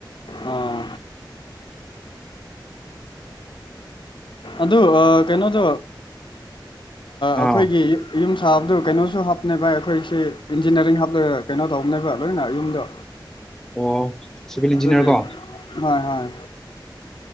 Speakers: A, on the left; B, in the centre.
A: ꯑꯣ ꯑꯗꯨ ꯀꯩꯅꯣꯗꯣ ꯑꯩꯈꯣꯏꯒꯤ
B: ꯑꯥ
A: ꯌꯨꯝ ꯁꯥꯕꯗꯨ ꯀꯩꯅꯣꯁꯨ ꯍꯥꯞꯅꯦꯕ ꯑꯩꯈꯣꯏꯁꯤ ꯏꯟꯖꯤꯅꯤꯌꯥꯔꯤꯡꯞꯒ ꯀꯩꯅꯣ ꯇꯧꯕꯅꯦꯕ ꯂꯣꯏꯅ ꯌꯨꯝꯗꯣ
B: ꯑꯣ ꯁꯤꯚꯤꯜ ꯏꯟꯖꯤꯅꯤꯌꯥꯔ
A: ꯑꯗꯨꯒꯤ
B: ꯀꯣ
A: ꯍꯣꯏ ꯍꯣꯏ